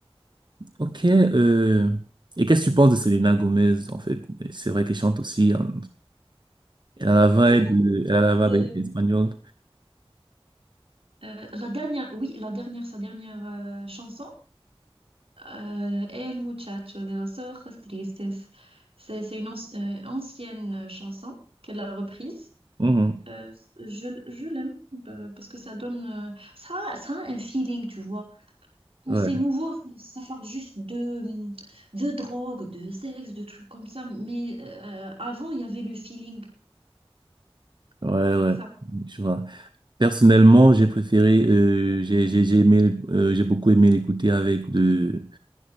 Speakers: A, on the right; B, on the right.
A: Ok, euh, et qu'est-ce que tu penses de Selena Gomez, en fait? C'est vrai qu'elle chante aussi. hein. Elle a la
B: C'est la
A: vibe, euh, elle a la vibe
B: base.
A: espagnole.
B: Euh, la dernière, oui, la dernière, sa dernière euh, chanson, euh, El muchacho de los ojos tristes. C'est c'est une anci- euh, ancienne euh, chanson qu'elle a reprise.
A: Mhm.
B: Euh, je je l'aime euh, parce que ça donne, euh, ça, a- ça a un feeling, tu vois. Quand
A: Ouais,
B: c'est nouveau, ça parle juste de, de drogue, de sexe, de trucs comme ça. Mais euh, avant, il y avait le feeling,
A: ouais,
B: c'est
A: ouais,
B: ça.
A: je vois. Personnellement, j'ai préféré, euh, j'ai, j'ai, j'ai aimé, euh, j'ai beaucoup aimé l'écouter avec de,